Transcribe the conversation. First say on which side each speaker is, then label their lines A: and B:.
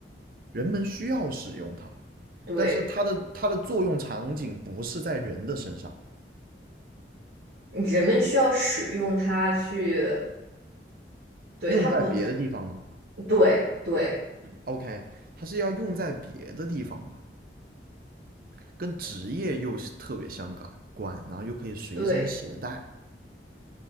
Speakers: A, on the right; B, on the right.
A: 人们需要使用它，
B: 对，
A: 但是它的它的作用场景不是在人的身上，
B: 人们需要使用它去，对，
A: 用在别的地方吗
B: 它不，对对
A: ？OK，它是要用在别的地方的，跟职业又是特别相关然后又可以随身携带。
B: 对。